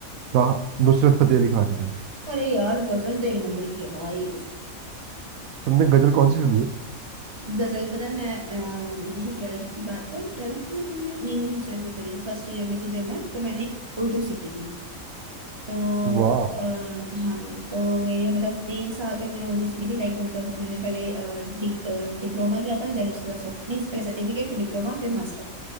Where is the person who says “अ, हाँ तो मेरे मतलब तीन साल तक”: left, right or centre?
Right